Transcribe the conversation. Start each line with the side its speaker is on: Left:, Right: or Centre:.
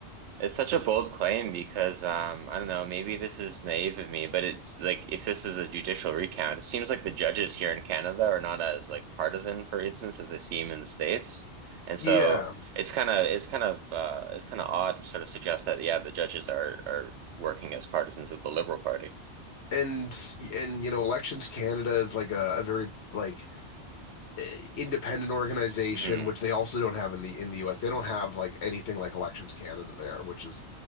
Right: It's such a bold claim because um I don't know, maybe this is naive of me, but it's like if this is a judicial recount, it seems like the judges here in Canada are not as like partisan, for instance, as they seem in the States. And so
Left: Yeah,
Right: it's kind of it's kind of uh it's kind of odd to sort of suggest that yeah, the judges are are working as partisans of the Liberal Party.
Left: and and you know, Elections Canada is like a, a very like uh, independent organization,
Right: hmm
Left: which they also don't have in the in the U.S. They don't have like anything like Elections Canada there, which is